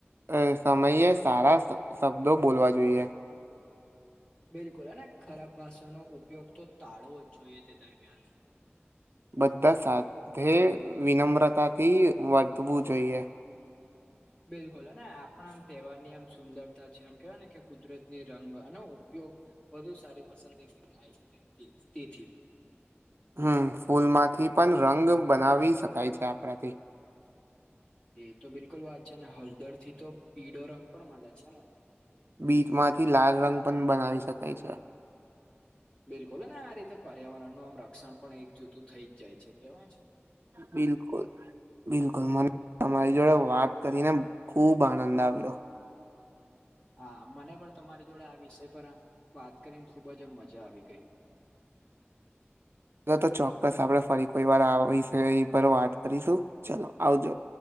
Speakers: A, on the right; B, on the left.
A: અ સમયે સારા શબ્દો બોલવા જોઈએ
B: બિલકુલ અને ખરાબ ભાષાનો ઉપયોગ તો ટાળવો જ જોઈએ તે દરમિયાન
A: બધા સાથે વિનમ્રતાથી વધવું જોઈએ
B: બિલકુલ અને આપણા આમ તહેવારની આમ સુંદરતા છે એમ કેહેવાય ને કે કુદરતની રંગ અને ઉપયોગ વધુ સારી પસંદ એક થાય છે તે તેથી
A: હમ ફૂલમાંથી પણ રંગ બનાવી શકાય છે આપણાથી
B: એ તો બિલકુલ વાત છે ને હળદર થી તો પીળો રંગ પણ મળે છે ને
A: બીચમાંથી લાલ રંગ પણ બનાવી શકાય છે
B: બિલકુલ અને આ રીતે પર્યાવરણ ન આમ રક્ષણ પણ એક જુતું થઈ જ જાય છે કેવાય છે
A: બિલકુલ બિલકુલ મને તમારી જોડે વાત કરીને ખુબ આનંદ આવ્યો
B: હા મને પણ તમારી જોડે આ વિષય પર વાત કરીને ખૂબ જ મજા આવી ગઈ
A: ન તો ચોક્કસ આપડે ફરી કોઈ વાર વિશે પર વાત કરીશું ચલો આવજો